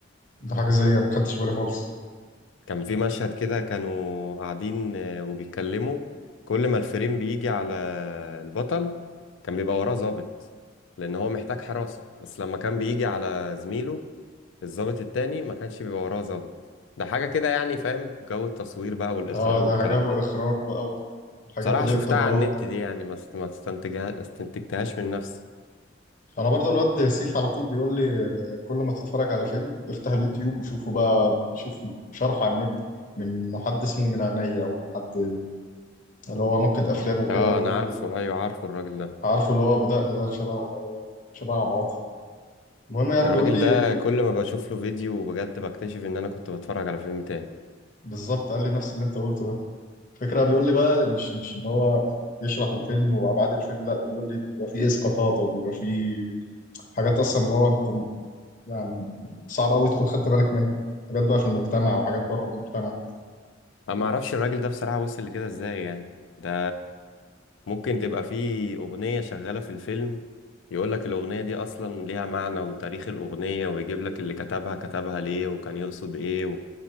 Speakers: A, on the left (about 45°); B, on the left (about 80°).
A: ده حاجه زي ما خدتش بالي خالص
B: كان في مشهد كده كانوا قاعدين آه، وبيتكلموا كل ما الفريم بيجي على البطل كان بيبقى وراه ظابط لان هو محتاج حراسه بس لما كان بيجي على زميله الظابط التاني ما كانش بيبقى وراه ظابط ده حاجه كده يعني فاهم جو التصوير بقى والاخراج
A: اه ده
B: والكلام
A: جو
B: ده
A: اخراج بقى والحاجات
B: بصراحه
A: اللي
B: شفتها
A: هي بتبقى
B: على
A: ورا
B: النت دي يعني ما است- ما استنتجها استنتجتهاش من نفسي
A: انا برضو الواد سيف على طول بيقول لي كل ما تتفرج على فيلم افتح اليوتيوب وشوفه بقى شوف شرحه على النت من حد اسمه من عينيا او حد اللي هو ناقد افلام وكده
B: اه
A: بيقول
B: انا عارفه
A: لي
B: ايوه عارفه الراجل ده
A: عارفه اللي هو ابو دقن ده شبه شبه عبد العاطي المهم يعني
B: الراجل
A: بيقول لي
B: ده كل ما بشوف له فيديو بجد بكتشف ان انا كنت بتفرج على فيلم تاني
A: بالظبط قال لي نفس اللي انت قلته ده الفكره بيقول لي بقى مش مش ان هو يشرح الفيلم وابعاد الفيلم لا ده بيقول لي بيبقى فيه اسقاطات او بيبقى فيه حاجات اصلا اللي هو انت يعني صعب قوي تكون خدت بالك منها حاجات بقى في المجتمع وحاجات بره المجتمع
B: انا ما اعرفش الراجل ده بصراحة وصل لكده ازاي يعني ده ممكن تبقى فيه اغنية شغالة في الفيلم يقول لك الاغنية دي اصلا ليها معنى وتاريخ الاغنية ويجيب لك اللي كتبها كتبها ليه وكان يقصد ايه